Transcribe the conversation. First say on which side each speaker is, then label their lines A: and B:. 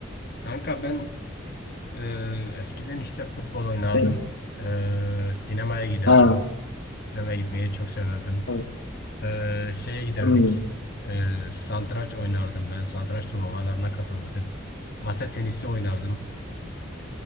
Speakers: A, on the left; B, on the left.
A: Kanka ben e, eskiden işte futbol oynardım.
B: Sen,
A: E, sinemaya giderdim.
B: ha,
A: Sinemaya gitmeyi çok severdim.
B: evet.
A: E, şeye giderdik.
B: Hmm.
A: E, satranç oynardım ben. Satranç turnuvalarına katılırdık. Masa tenisi oynardım.